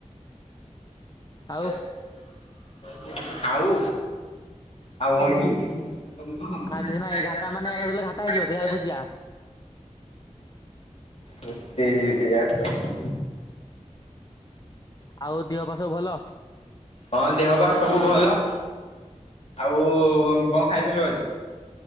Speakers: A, on the left; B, on the left.
A: <unintelligible>
B: ଆଉ
A: ଆଉ ଆଉ କଣ କି? <unintelligible>
B: ଆଉ କିଛି ନାଇଁ ଘାଟା ମାନେ ଘାଟା ହେଇଯିବ ଦେହ ଘୁଚିଆ
A: ବଚି ଯିବି <unintelligible>
B: ଆଉ ଦିହ ପାଆ ସବୁ ଭଲ?
A: ହଁ ଦିହ ପାଆ ସବୁ ଭଲ। ଆଉ କଣ ଖାଇଥିଲୁ ଆଜି?